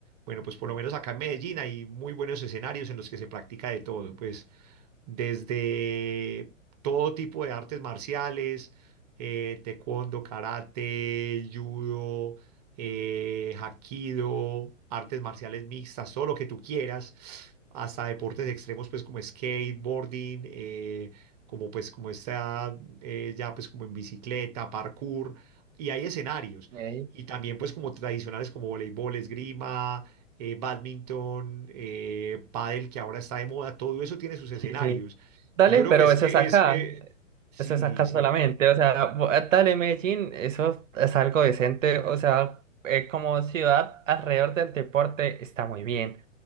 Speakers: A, on the right (about 35°); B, on the right (about 80°).
A: bueno, pues por lo menos acá en Medellín hay muy buenos escenarios en los que se practica de todo, pues desde todo tipo de artes marciales, eh, taekwondo, karate, judo, eh, hapkido, artes marciales mixtas, todo lo que tú quieras, hasta deportes extremos, pues como skateboarding, eh, como pues como este eh, ya pues como en bicicleta, parkour, y hay escenarios.
B: Ey,
A: Y también pues como tradicionales como voleibol, esgrima, eh, badminton, eh, pádel, que ahora está de moda, todo eso tiene sus
B: Sí,
A: escenarios.
B: sí. Dale,
A: Y yo creo
B: pero
A: que es
B: eso
A: que
B: es acá,
A: es... eh, sí,
B: eso es acá
A: sí.
B: solamente, o sea, bo- dale Medellín, eso es algo decente, o sea, eh, como ciudad alrededor del deporte está muy bien.